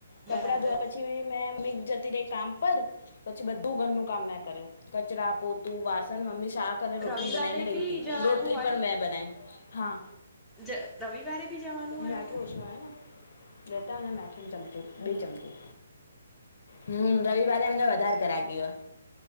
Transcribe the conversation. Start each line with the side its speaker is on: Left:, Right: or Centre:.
Left: કપડા
Centre: બરાબર
Left: ધોયા પછી મેં મિઘ જતી રહી કામ પર. પછી બધું ઘરનું કામ મે કર્યું કચરા, પોતું, વાસણ મમ્મી શાક કને રોટલી
Centre: રવિવારે
Left: બનાવીને રહીતી
Centre: બી જવાનું
Left: રોટલી
Centre: હોય
Left: પણ મે બનાવી હા.
Centre: જ રવિવારે બી જવાનું હોય
Left: મેંઠું
Centre: એમને
Left: છના. બે ત અને મા આઠન ચમચી બે ચમચી. હમ રવિવારે એમને વધારે ગરાગી હોય.